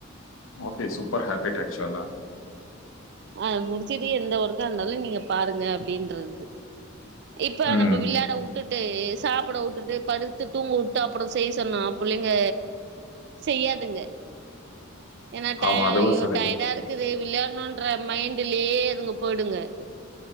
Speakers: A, on the left; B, on the right.
A: ஓகே சூப்பர் ஹபிட் அச்சுவல்லா
B: ஆ முடிச்சுட்டு எந்த ஒர்க்கா இருந்தாலும் நீங்க பாருங்க அப்டின்றது இப்ப
A: ம்
B: நம்ம விள்ளாட உட் விட்டுட்டு சாப்ட விட்டுட்டு படுத்து தூங்கவுட்டு அப்புறோ செய்ய சொன்னா புள்ளைங்க செய்யாதுங்க ஏனா
A: ஆமா, அதுவும்
B: ஐயோ
A: சரிதான்.
B: டயர்டா இருக்குது விளையாட்ணுனு ன்ற மைண்டுலயே அதுங்க போயிடுங்க